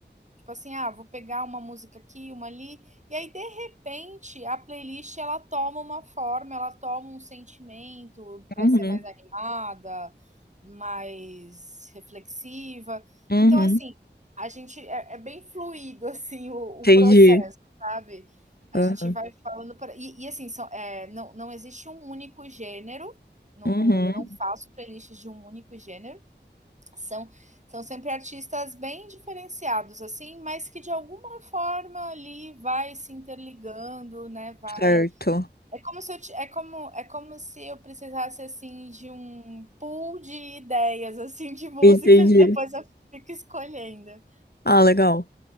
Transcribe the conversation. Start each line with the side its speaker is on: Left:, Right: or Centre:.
Right: Tipo assim, ah, vou pegar uma música aqui, uma ali, e aí de repente a playlist ela toma uma forma, ela toma um sentimento para
Left: Uhum.
Right: ser mais animada, mais reflexiva.
Left: Uhum.
Right: Então assim, a gente é, é bem fluido assim o,
Left: Entendi.
Right: o processo, sabe? A
Left: Aham.
Right: gente vai falando pra- e, e, assim são, é, não, não existe um único gênero, não,
Left: Uhum.
Right: não, não faço playlists de um único gênero são, são sempre artistas bem diferenciados, assim, mas que de alguma forma ali vai se interligando, né? Vai.
Left: Certo.
Right: É como se eu, é como, é como se eu precisasse assim de um pool de ideias, <laughs> assim, de músicas,
Left: Entendi.
Right: depois eu fico escolhendo.
Left: Ah, legal.